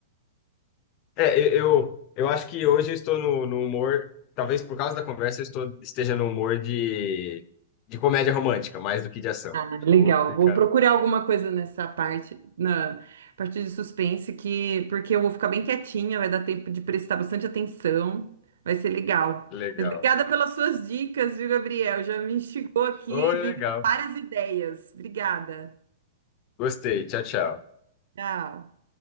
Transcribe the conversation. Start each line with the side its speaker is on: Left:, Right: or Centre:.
Left: é, eu, eu, eu acho que hoje eu estou no, no humor, talvez por causa da conversa, eu estou, esteja no humor de, de comédia romântica, mais do que de ação.
Right: Ah, legal.
Left: Eu vou ficar
Right: Vou procurar alguma coisa nessa parte, na parte de suspense, que porque eu vou ficar bem quietinha, vai dar tempo de prestar bastante atenção, vai ser legal.
Left: legal.
Right: Mas obrigada pelas suas dicas, viu, Gabriel? Já me instigou aqui
Left: Oi, legal.
Right: de várias ideias. Obrigada.
Left: Gostei. Tchau, tchau.
Right: Tchau.